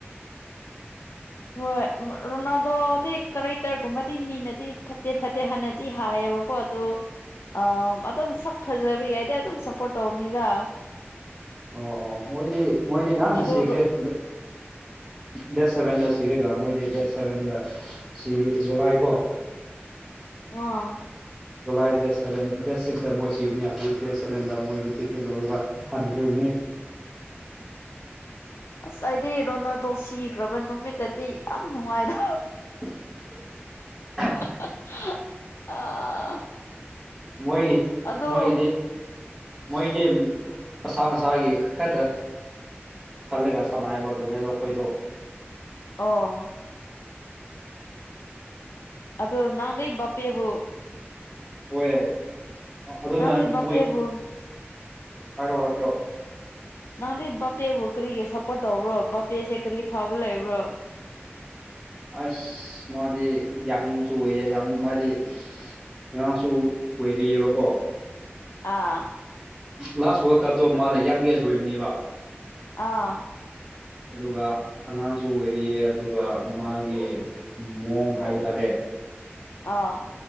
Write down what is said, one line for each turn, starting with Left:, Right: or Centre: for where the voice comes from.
Left: ꯍꯣꯏ ꯔꯣꯅꯥꯗꯣꯗꯤ ꯀꯔꯩꯇꯔꯒꯨꯝꯕꯗꯤ ꯃꯤꯅꯗꯤ ꯐꯠꯇꯦ ꯐꯠꯇꯦ ꯍꯥꯟꯅꯗꯤ ꯍꯥꯏꯌꯦꯕꯀꯣ ꯑꯗꯣ ꯑ ꯑꯗꯨꯝ ꯁꯛ ꯐꯖꯕ ꯌꯥꯏꯗꯤ ꯑꯗꯨꯝ ꯁꯞꯄꯣꯔꯠ ꯇꯧꯕꯅꯤꯗ
Centre: ꯑꯣ ꯑꯣ ꯃꯣꯏꯗꯤ ꯃꯣꯏꯗꯤ ꯅꯍꯥꯟ ꯅꯨꯡ
Left: ꯑꯗꯣ
Centre: ꯁꯤꯈ꯭ꯔꯦ ꯠ ꯗꯠ ꯁꯕꯦꯟꯗ ꯁꯤꯔꯒꯝ ꯑꯣꯏꯗꯦ ꯠ ꯁꯕꯦꯟꯗ ꯁꯤ ꯖꯨꯂꯥꯏꯀꯣ
Left: ꯑ
Centre: ꯖꯨꯂꯥꯏ ꯗꯦꯠ ꯁꯚꯦꯟ ꯗꯦꯠ ꯁꯤꯛꯁꯇ ꯃꯣꯏ ꯁꯤꯒꯅꯤ ꯑꯗꯨ ꯗꯦꯠ ꯁꯚꯦꯟꯗ ꯃꯣꯏꯒꯤ ꯇꯤꯛꯀꯦꯠ ꯂꯧꯔꯒ ꯊꯕꯤꯔ ꯑꯣꯏꯕꯅꯦ
Left: ꯑꯁ ꯑꯩꯗꯤ ꯔꯣꯅꯥꯗꯣ ꯁꯤꯈ꯭ꯔꯕ ꯅꯨꯃꯤꯠꯇꯗꯤ ꯌꯥꯝ ꯅꯨꯡꯉꯥꯏꯗ
Centre: <unintelligible>
Left: <unintelligible> ꯑꯥ
Centre: ꯃꯣꯏ
Left: ꯑꯗꯣ
Centre: ꯃꯣꯏꯒꯤꯗꯤ ꯃꯣꯏꯗꯤ ꯃꯁꯥ ꯃꯁꯥꯒꯤ ꯈꯛꯇ ꯈꯜꯂꯒ ꯁꯥꯟꯅꯏꯔꯤꯕꯗꯨꯅꯦꯗꯣ ꯑꯩꯈꯣꯏꯗꯣ
Left: ꯑꯣ ꯑꯗꯨ ꯅꯪꯗꯤ ꯕꯥꯄꯦꯕꯨ
Centre: ꯍꫭꯏ ꯑꯗꯨꯅ
Left: ꯅꯪꯗꯤ ꯕꯥꯄꯦꯕꯨ
Centre: ꯃꯣꯏ ꯍꯥꯏꯔꯣ ꯍꯥꯏꯔꯣꯑꯣ
Left: ꯅꯪꯗꯤ ꯕꯄꯦꯕꯨ ꯀꯔꯤꯒꯤ ꯁꯞꯄꯣꯔꯠ ꯇꯧꯕ꯭ꯔꯣ ꯕꯥꯕꯄꯦꯁꯦ ꯀꯔꯤ ꯐꯕ ꯂꯩꯕ꯭ꯔꯣ
Centre: ꯑꯁ ꯃꯥꯗꯤ ꯌꯥꯡꯁꯨ ꯑꯣꯏꯌꯦ ꯃꯥꯗꯤ ꯑꯉꯥꯡꯁꯨ ꯑꯣꯏꯔꯤꯑꯕꯀꯣ
Left: ꯑꯥ
Centre: ꯂꯥꯁ ꯋꯥꯔꯜ ꯀꯞꯇꯣ ꯃꯥꯅ ꯌꯥꯪꯒꯦꯁ ꯑꯣꯏꯕꯅꯦꯕ
Left: ꯑꯥ
Centre: ꯑꯗꯨꯒ ꯑꯉꯥꯡꯁꯨ ꯑꯣꯏꯔꯤꯌꯦ ꯑꯗꯨꯒ ꯃꯥꯒꯤ ꯃꯑꯣꯡ ꯍꯥꯏꯕ ꯇꯥꯔꯦ
Left: ꯑꯥ